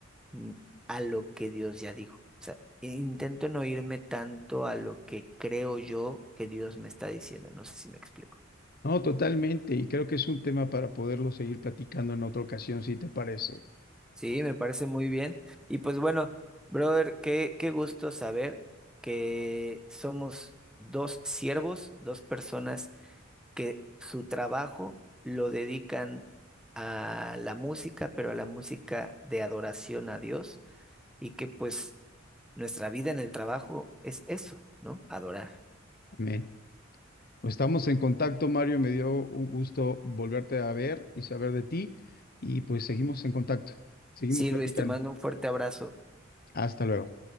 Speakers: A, in the centre; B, on the left (about 50°).
A: mm, a lo que Dios ya dijo. O sea, intento no irme tanto a lo que creo yo que Dios me está diciendo. No sé si me explico.
B: No, totalmente, y creo que es un tema para poderlo seguir platicando en otra ocasión, si te parece.
A: Sí, me parece muy bien. Y pues bueno, brother, qué, qué gusto saber que somos dos siervos, dos personas que su trabajo lo dedican a la música, pero a la música de adoración a Dios y que pues nuestra vida en el trabajo es eso, ¿no? Adorar.
B: Amén. Pues estamos en contacto, Mario, me dio un gusto volverte a ver y saber de ti, y pues seguimos en contacto, seguimos
A: Sí,
B: platicando.
A: Luis, te mando un fuerte abrazo.
B: Hasta luego.